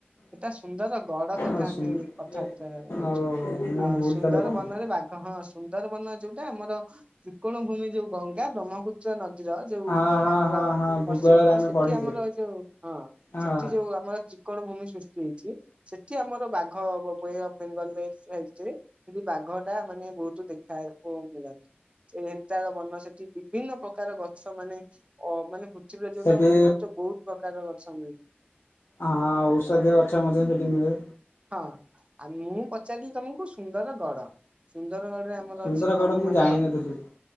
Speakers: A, on the right; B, on the left.
A: ଏଟା ସୁନ୍ଦର ଗଡ
B: ସିଆଡ଼େ।
A: କଥା ଆମେ କଥାବାର୍ତ୍ତା
B: ଓ
A: ହେଉଛନ୍ତି।
B: ମୁଁ
A: ଆଁ
B: ଭୁଲ
A: ସୁନ୍ଦରବନରେ
B: ତାହେଲେ କହିଲି
A: ବାଘ ହଁ ସୁନ୍ଦରବନରେ ଯୋଉଟା ଆମର ତ୍ରିକୋଣ ଭୂମି ଯୋଉ ଗଙ୍ଗା ବ୍ରହ୍ମପୁତ୍ର ନଦୀର ଯୋଉ
B: ହଁ ହଁ
A: ଆମର
B: ହଁ ହଁ ଭୂଗୋଳରେ
A: ପଶ୍ଚିମବଙ୍ଗ
B: ଆମେ
A: ସେଠି
B: ପଢିଛେ।
A: ଆମର ଯୋଉ ହଁ
B: ହଁ
A: ସେଠି ଯୋଉ ଆମର ତ୍ରିକୋଣ ଭୂମି ସୃଷ୍ଟି ହେଇଛି। ସେଠି ଆମର ବାଘ ଗବଇ ବେଙ୍ଗଲ <unintelligible> କିନ୍ତୁ ବାଘଟା ମାନେ ବହୁତ ଦେଖା ହଉଥିଲା। ହେନ୍ତାଳ ବନ ସେଠି ବିଭିନ୍ନ ପ୍ରକାର ଗଛ ମାନେ ଅ ମାନେ <unintelligible> ଯୋଉଟା
B: ସେଠି
A: ମିଳୁ <unintelligible> ବହୁତ ପ୍ରକାର ଗଛ ମିଳେ।
B: ଆଁ ଔଷଧୀୟ ଗଛ ମଧ୍ୟ ସେଠି ମିଳେ।
A: ହଁ ଆ ମୁଁ ପଚାରିଲି ତମକୁ ସୁନ୍ଦର ଗଡ। ସୁନ୍ଦରଗଡରେ ଆମର
B: ସୁନ୍ଦରଗଡ଼
A: ଅଛି ହନୁମାନ
B: ମୁଁ ଜାଣିନଥିଲି
A: ବା